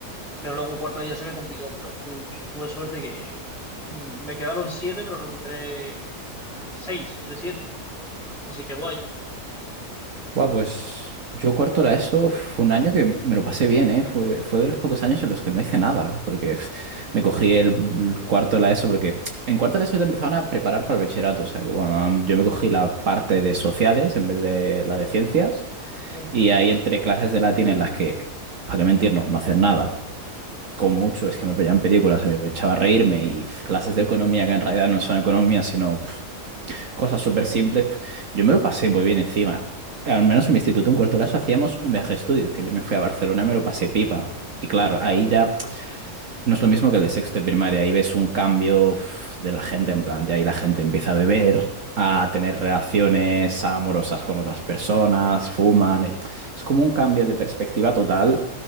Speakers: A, in the centre; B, on the right (about 60°).
A: Pero luego cuarta ya se me complicó, pero tu- tuve suerte que mm, me quedaron siete, pero recuperé seis de siete, así que guay.
B: Buah, pues yo cuarto la ESO fue un año que me lo pasé bien, ¿eh? Fue, fue de los pocos años en los que no hice nada, porque pf, me cogí el cuarto de la ESO, porque en cuarto de la ESO te empezaban a preparar para el bachillerato, o sea que bueno, yo me cogí la parte de sociales en vez de la de ciencias,
A: Mm.
B: y ahí entre clases de latín en las que, para qué mentirnos, no haces nada. como mucho, es que me veían películas, me echaba a reírme y pf, clases de economía que en realidad no son economía, sino pf, cosas súper simples. pf, Yo me lo pasé muy bien encima. Al menos en mi instituto, en cuarto de la ESO, hacíamos un viaje de estudios, que yo me fui a Barcelona y me lo pasé pipa. Y claro, ahí ya no es lo mismo que el de sexto y primaria, ahí ves un cambio pf, de la gente, en plan, ya ahí la gente empieza a beber, a tener relaciones amorosas con otras personas, fuman. eh, Es como un cambio de perspectiva total